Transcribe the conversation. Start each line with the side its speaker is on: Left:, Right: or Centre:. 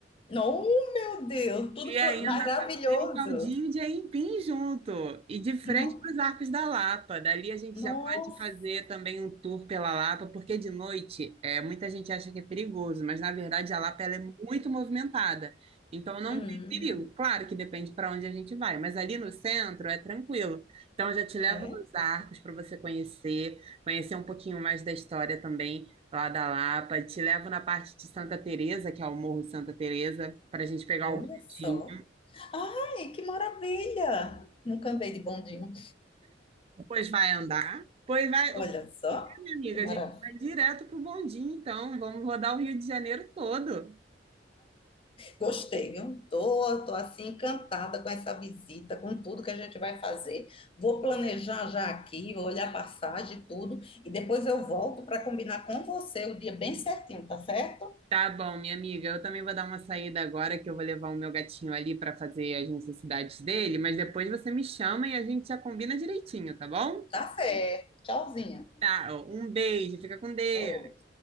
Left: Não, meu Deus, tudo
Right: E ainda
Left: pla- maravilhoso.
Right: com aquele caldinho de aipim junto. E de frente
Left: No,
Right: para os Arcos da Lapa. Dali a gente
Left: nossa.
Right: já pode fazer também um tour pela Lapa, porque de noite é, muita gente acha que é perigoso, mas na verdade a Lapa ela é muito movimentada. Então não
Left: Hum,
Right: tem perigo. Claro que depende para onde a gente vai, mas ali no centro é tranquilo. Então eu já te levo
Left: é,
Right: nos Arcos para você conhecer, conhecer um pouquinho mais da história também lá da Lapa. Te levo na parte de Santa Teresa, que é o Morro Santa Teresa, para a gente pegar
Left: olha
Right: o
Left: só.
Right: tinha.
Left: Ai, que maravilha! Nunca andei de bondinho.
Right: Pois vai andar. Pois vai.
Left: Olha
Right: o
Left: só,
Right: que é, Minha amiga,
Left: que maravilha.
Right: a gente vai direto pro bondinho, então. Vamos rodar o Rio de Janeiro todo.
Left: Gostei, viu? Tô, tô assim encantada com essa visita, com tudo que a gente vai fazer. Vou planejar já aqui, vou olhar passagem e tudo, e depois eu volto para combinar com você o dia bem certinho, tá certo?
Right: Tá bom, minha amiga. Eu também vou dar uma saída agora, que eu vou levar o meu gatinho ali para fazer as necessidades dele, mas depois você me chama e a gente já combina direitinho, tá bom?
Left: Tá certo. Tchauzinha.
Right: Tá, ó, um beijo, fica com Deus.
Left: Ô.